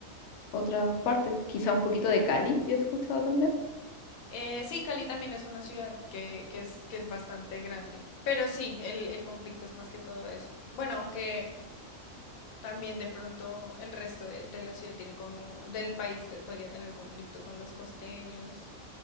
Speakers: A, on the left; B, on the left.
A: otras partes. Quizá un poquito de Cali, yo he escuchado también.
B: Eh, sí, Cali también es una ciudad que, que es, que es bastante grande, pero sí, el, el conflicto es más que todo eso. Bueno, aunque también de pronto el resto de, de la ciudad tiene como, del país te- podría tener conflicto con los costeños.